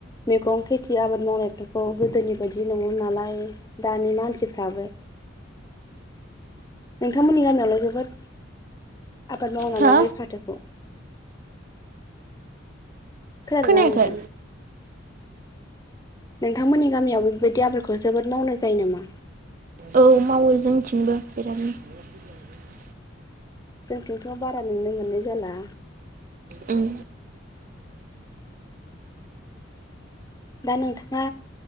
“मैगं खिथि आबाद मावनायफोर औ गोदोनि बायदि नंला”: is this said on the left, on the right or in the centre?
Left